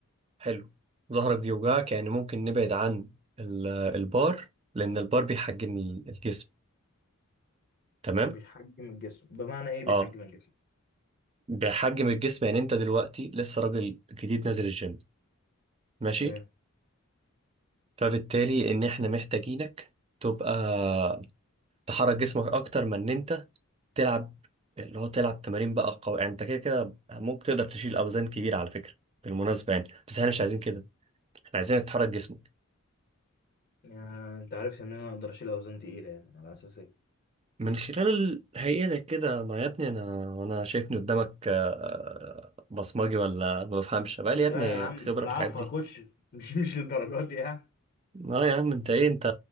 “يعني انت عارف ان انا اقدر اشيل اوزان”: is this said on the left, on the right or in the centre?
Left